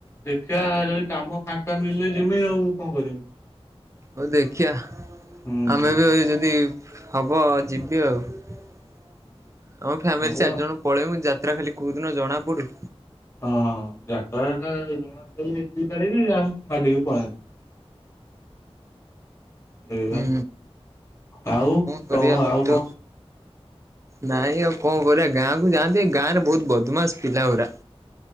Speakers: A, on the left; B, on the right.
A: ଦେଖିବା ଯଦି କାମ ଫାଙ୍କା ମିଲିଲେ ଯିବି ଆଉ କଣ କରମି
B: ହଉ ଦେଖିବା
A: ହୁଁ
B: ଆମେ
A: ହଁ।
B: ବି ଯଦି ହବ ଯିବି ଆଉ ଆମ ଫ୍ୟାମିଲି
A: ହଉ
B: ଚାରି ଜଣ ପଳେଇବୁ ଯାତ୍ରା ଖାଲି କୋଉ ଦିନ ଜଣା ପଡୁ
A: ହଁ ଯାତ୍ରା ଜଣା ଏତିି ତାରିଖ ଆମେ ମାାଲିକି ପଳାନ୍ତୁ ଏ
B: ହୁଁ
A: ଆଉ
B: କରିବା
A: କଣ ଆଉ
B: ବନ୍ଧୁ
A: କଣ?
B: ନାଇଁ ଆଉ କଣ କରିବା ଗାଁ କୁ ଯାଆନ୍ତି ଗାଁ ରେ ବହୁତ ବଦମାସ ପିଲା ଗୁରା